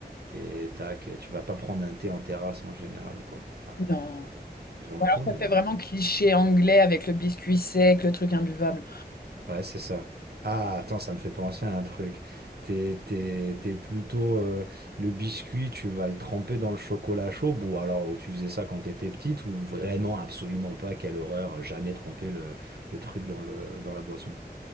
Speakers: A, on the right; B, on the left.
A: et tac, et tu vas pas prendre un thé en terrasse en général, quoi. Enfin,
B: Non.
A: les gens le
B: Ou
A: font,
B: alors, ça
A: mais
B: fait vraiment cliché anglais avec le biscuit sec, le truc imbuvable.
A: euh, ouais, c'est ça. Ah, attends, ça me fait penser à un truc. T'es, t'es, t'es plutôt euh, le biscuit, tu vas le tremper dans le chocolat chaud, ou alors ou tu faisais ça quand t'étais petite, ou vraiment absolument pas, quelle horreur, euh, jamais tremper le, le truc dans le, dans la boisson.